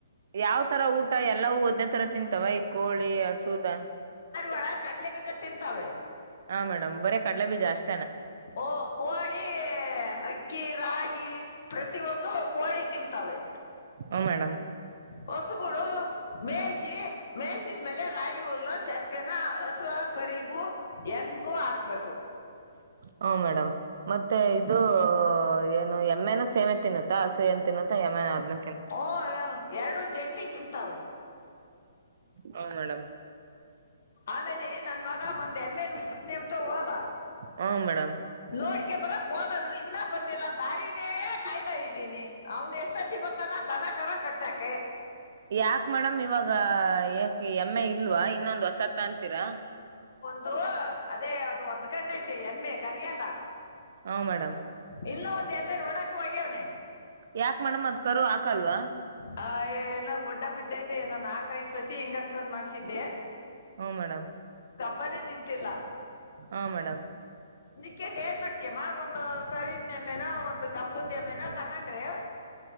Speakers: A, on the right; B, on the left.
A: ಯಾವ್ ತರ ಊಟ ಎಲ್ಲವು ಒಂದ್ದೇ ತರ ತಿಂತಾವ ಈ ಕೋಳಿ ಹಸು ದನ.
B: ಒಳಗ ಕಡ್ಲೆ ಬೀಜ ತಿಂತಾವೆ.
A: ಹಾ ಮೇಡಮ್ ಬರೇ ಕಡಲೆ ಬೀಜ ಅಷ್ಟ್.
B: ಓ ಕೋಳಿ ಅಕ್ಕಿ ರಾಗಿ ಪ್ರತಿಯೊಂದು. ಅದು ಕೋಳಿ ತಿಂತಾವೇ.
A: ಓ ಮೇಡಮ್.
B: ಹಸುಗಳು ಮೇಯಿಸಿ ಮೇಯಿಸಿದ್ಮೇಲೆ ರಾಗಿ ಹುಲ್ಲ ಸೆಪ್ಪೆನ ಹಸು ಹ. ಕರಿಗೂ ಎಮಗೂ ಹಾಕ್ಬೇಕು.
A: ಹ್ಮ ಮೇಡಮ್. ಮತ್ತೆ ಇದು. ಏನು ಎಮ್ಮೆನ ಸೇಮೆ ತಿನ್ನುತ್ತಾ ಹಸು ಏನ್ ತಿನ್ನುತ್ತಾ ಎಮ್ಮೆನ ಆದ್ನ.
B: ಹೊ ಎರಡು ಜಂಟಿ ತಿಂತತಾವ.
A: ಹಾ ಮೇಡಮ್
B: ಆಮೇಲೆ ನನ್ ಮಗ ಬಂದ. ಎಮ್ಮೆನಾ ಹುಡುಕ್ತಿನಿ ಅಂತ ಹೋದ
A: ಹ್ಮ ಮೇಡಮ್
B: ನೋಡಿ. ಬರೋಕೆ ಹೋದನು ಇನ್ನ ಬಂದಿಲ್ಲ ದಾರಿನೇ ಕಾಯ್ತಾ ಇದ್ದೀನಿ. ಅವನು ಎಷ್ಟೊತ್ತಿಗೆ ಬರ್ತಾನ ಅದರ ಮೇಲೆ. ಕರ ಕಟ್ಟೋಕೆ.
A: ಯಾಕ್ ಮೇಡಮ್ ಇವಾಗ ಯಾಕೆ ಎಮ್ಮೆ. ಇಲ್ವಾ ಇನ್ನೊಂದ್ ಹೊಸದು ತಗೊಂತೀರಾ.
B: ಅದು. ಅದೇ ಅದು ಒದ್ಕಂಡ್ ಐತೆ ಎಮ್ಮೆ. ಕರಿಯಲ್ಲ.
A: ಹಾ ಮೇಡಮ್.
B: ಇನ್ನ್ ಒಂದ್ ಎಮ್ಮೆ ನೊಡಾಕ್ ಹೋಗ್ಯವ್ನನೆ.
A: ಯಾಕ್ ಮೇಡಮ್ ಅದ್ ಕರು ಆಕಲ್ವಾ.
B: ಹ ಏನೋ ಗೊಡ್ಡ ಬಿದ್ದೈತೆಏನನ್ ನಾಕ ಐ್ ಸತಿ ಇಂಜೆಕ್ಷನ್ ಮಾಡ್ಸಿದ್ದೆ.
A: ಹ್ಮ ಮೇಡಮ್.
B: ಬರಿ ನಿಂತಿಲ್ಲ.
A: ಹಾ ಮೇಡಮ್.
B: ಹಕಂಡ್ ಏನ್ ಮಾಡಡ್ತಯಮ್ಮ ಒಂದು ಕರಿನ್ ಎಮ್ಮೆನೋ ಒಂದು ಗಬ್ಬದ ಎಮ್ಮೆನೋ ತಗೊಂಡ್ರಿ.